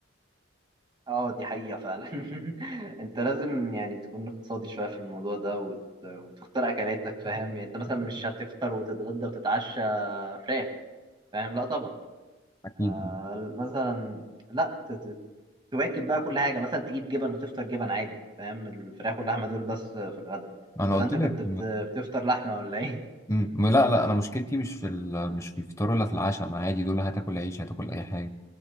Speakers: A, on the right; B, on the left.
A: اه دي حقيقه فعلا <laughs> انت لازم يعني تكون اقتصادي شويه في الموضوع ده وت... وتختار اكلاتك فاهم يعني انت مثلا مش هتفطر وتتغدى وتتعشى فراخ فاهم لا طبعا
B: اكيد
A: فمثلا لا ت... ت... تواكب بقى كل حاجه مثلا تجيب جبن وتفطر جبن عادي فاهم الفراخ واللحمه دول بس في الغداء
B: انا
A: ولا
B: قلت
A: انت
B: لك
A: كنت بت... بتفطر لحمه ولا ايه
B: مم. لا لا انا مشكلتي مش في ال... مش في الفطار ولا في العشاء انا عادي دول هتاكل عيش هتاكل اي حاجه